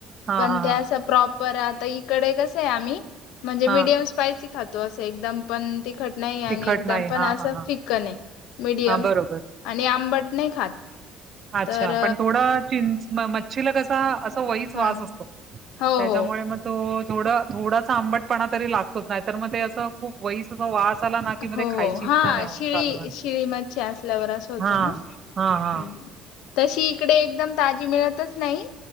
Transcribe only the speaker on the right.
हां,
हां,
हां,
हां,
तिखट
नाही.
हां,
हां, हां,
हां, बरोबर.
अच्छा
पण थोडं चिं. शिलकसा अस वहीच वास
असतो
त्याच्यामुळे
मग. तो थोड थोडासा आंबटपणा तरी लागतोच नाही तर मग ते असं. खूप वईस अस वास आला ना कि मध्ये
खायची
इच्छा नाही होत
चालवण
हा.
हा हा.